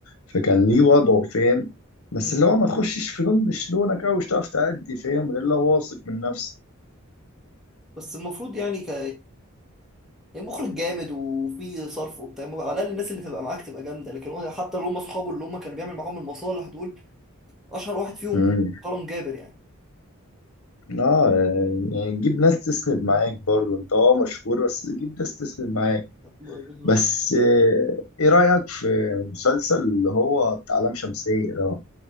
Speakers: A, on the left (about 75°); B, in the centre.
A: فكان ليه وضعه فاهم بس
B: مم.
A: اللي هو ما تخشش في لون مش لونك أوي مش هتعرف تأدي فاهم غير لو واثق من نفسك
B: بس المفروض يعني ك يعني مخرج جامد وفي صرف وبتاع على الأقل الناس اللي تبقى معاك تبقى جامدة لكن هو حتى اللي هم أصحابه اللي هم كانوا بيعمل معاهم المصالح دول أشهر واحد فيهم
A: امم
B: كرم جابر يعني
A: اه يعني جيب ناس تسند معاك برضو انت اه مشهور بس جيب ناس تسند معاك
B: ب- بالظبط
A: بس آه، ايه رأيك في مسلسل اللي هو بتاع لام شمسية ده